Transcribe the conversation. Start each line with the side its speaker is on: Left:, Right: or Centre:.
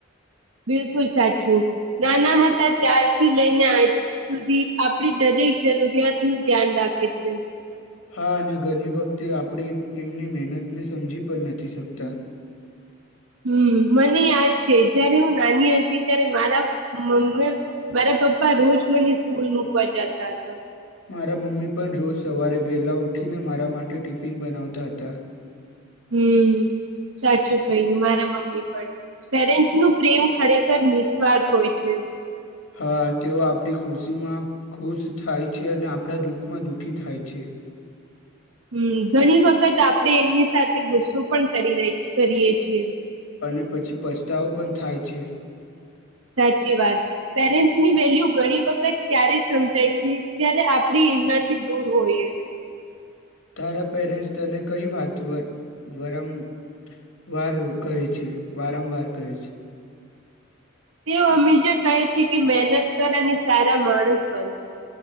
Right: બિલકુલ સાચું નાના હતા ત્યારથી લઈને આજ સુધી આપડી દરેક જરૂરિયાત નું ધ્યાન રાખે છે.
Left: હા અને ઘણી વખતે આપડી એમની મહેનત ને સમજી પણ નથી શકતા
Right: હમ મને યાદ છે જયારે હું નાની હતી ત્યારે મારા મમ્ મારા પપ્પા રોજ મને સ્કૂલ મુૂકવા જતા હતા.
Left: મારા મમ્મી પણ રોજ સવારે વેલા ઉઠીને મારા માટે ટિફિન બનાવતા હતા.
Right: હમ સાચું કહ્યું મારા મમ્મી પણ પેરેન્ટ્સ નું પ્રેમ ખરેખર નિસ્વાર્થ હોય છે.
Left: હા તેઓ આપણી ખુશીમાં ખુશ થાય છે અને આપણા દુઃખમાં દુઃખી થાય છે.
Right: હમ ઘણી વખત આપડે એમની સાથે ગુસ્સો પણ કરી ર કરીએ છીએ
Left: અને પછી પછતાવો પણ થાય છે.
Right: સાચી વાત પેરેન્ટસ ની વેલ્યુ ઘણી વખત ત્યારે સમજાય છે જયારે આપ આપડી એમના થી દૂર હોઈએ
Left: તારા પેરેન્ટ્સ તને કઈ વાત વારંવાર કહે છે વારંવાર કહે છે
Right: તેઓ હંમેશા કહે છે કે મહેનત કર અને સારા માણસ બને